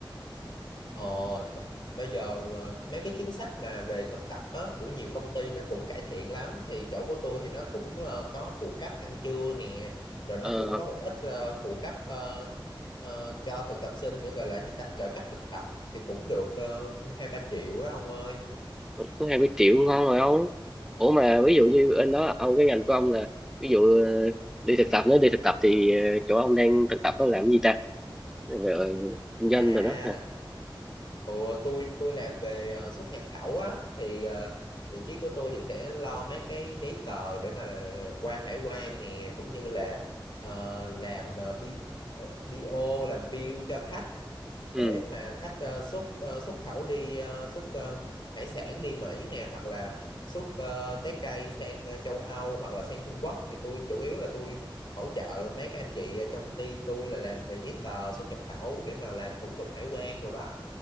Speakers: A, on the left; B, in the centre.
A: Ờ, thực bây giờ ờ, mấy cái chính sách mà về thực tập á, của nhiều công ty nó cũng cải thiện lắm thì chỗ của tôi thì nó cũng ờ, có phụ cấp ăn trưa nè rồi nó
B: ờ
A: cũng có một ít ờ, phụ cấp ờ, ờ, cho thực tập sinh nữa gọi là gì ta trợ cấp thực tập thì cũng được ờ, hai ba triệu đó ông ơi
B: cũng hai mươi triệu ngon rồi ông ủa mà ví dụ như anh đó ông cái ngành của ông là ví dụ ờ, đi thực tập nếu đi thực tập thì ờ, chỗ ông đang thực tập đó làm cái gì ta về ờ, kinh doanh
A: à
B: rồi đó
A: Ủa, tôi tôi làm về ờ, xuất nhập khẩu á thì ờ, vị trí của tôi thì sẽ lo mấy cái giấy tờ để mà qua hải quan nè cũng như là ờ, làm ờ, bi, ờ, BO làm bill cho khách để
B: ừ
A: mà khách ờ, xuất ờ, xuất khẩu đi ờ, xuất ờ, hải sản đi Mỹ nè hoặc là xuất ờ, trái cây sang ờ, châu Âu hoặc là sang Trung Quốc thì tôi chủ yếu là tôi hỗ trợ mấy cái anh chị ở trong team tôi là làm về giấy tờ xuất nhập khẩu để mà làm thủ tục hải quan đồ đó.